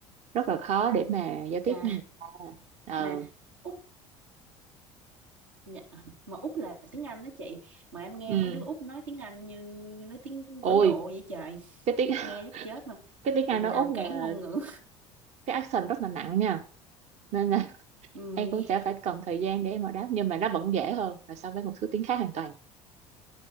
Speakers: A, on the right; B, on the right.
A: rất là khó để mà giao tiếp
B: chà
A: với người ta
B: mà
A: ừ,
B: Úc Dạ. Mà Úc là tiếng Anh đó chị Mà em nghe
A: ừ.
B: mấy đứa Úc nói tiếng Anh như nói tiếng
A: ôi
B: Ấn Độ vậy trời
A: cái tiếng <laughs>
B: Nghe chắc chết mà
A: cái tiếng Anh ở
B: Rào
A: Úc
B: cản
A: là
B: ngôn ngữ
A: cái accent rất là nặng nha nên là
B: <laughs> ừ, nghe.
A: em cũng sẽ phải cần thời gian để em mà đáp nhưng mà nó vẫn dễ hơn là so với một số tiếng khác hoàn toàn